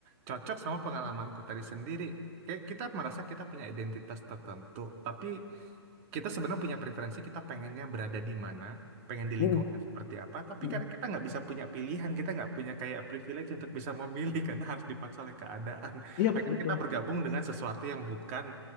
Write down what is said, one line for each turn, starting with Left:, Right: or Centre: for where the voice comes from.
Right: cocok sama pengalamanku tadi sendiri kayak kita merasa kita punya identitas tertentu tapi kita sebenarnya punya preferensi kita pengennya berada di mana pengen di
Left: mm
Right: lingkungan yang seperti apa tapi
Left: mm.
Right: karena kita nggak bisa punya pilihan kita nggak punya kayak privilege untuk bisa memilih <laughs> karena harus dipaksa oleh keadaan
Left: Iya,
Right: akhirnya
Left: betul,
Right: kita bergabung dengan sesuatu yang bukan